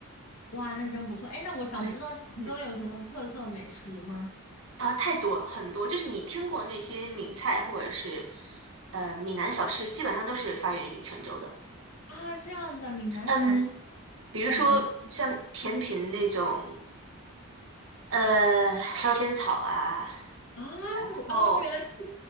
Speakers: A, on the left; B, on the right.
A: 哇，那真不错。哎，那我想知道泉州有什么特色美食吗？
B: 然后，嗯，啊，太多了，很多，就是你听过那些闽菜或者是呃闽南小吃，基本上都是发源于泉州的。
A: 啊，这样子啊，闽南小吃，
B: 嗯，比如说像甜品那种，
A: 呃，比如
B: 呃，烧仙草啊。
A: 啊，
B: 然后
A: 哦，原来是这，